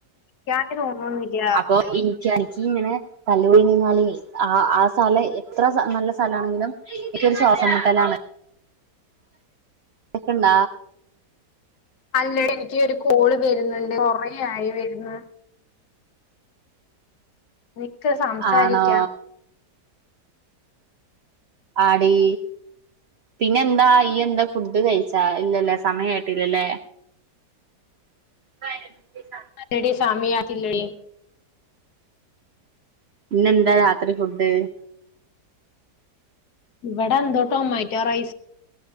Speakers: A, on the left (about 70°); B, on the right (about 75°).
A: ക <unintelligible> ന്ന ഇല്ലാ
B: അപ്പൊ എനിക്ക് എനിക്ക് ഇങ്ങനെ തല്ലുപടി നിന്നാല് ആ ആ സ്ഥലം എത്ര നല്ല സഥലമാണെങ്കിലും എനിക്ക് ഒരു ശ്വാസം മുട്ടലാണ് കേൾക്കണണ്ട
A: അല്ല എനിക്ക് ഒരു കോള് വരുന്നുണ്ട് കൊറേ ആയി വരുന്ന് നിക്ക് സംസാരിക്കാം
B: ആണോ ആടി പിന്നെന്താ ഇ ഫുഡ് കഴിച്ചാ ഇല്ല സമയം ആയിട്ടില്ലല്ലേ ആഹ്
A: ആല്ലടി സമയമായിട്ടില്ലടി
B: പിന്നെന്താ രാത്രി ഫുഡ്
A: ഇവിടെ എന്തോ ടൊമാറ്റോ റൈസ്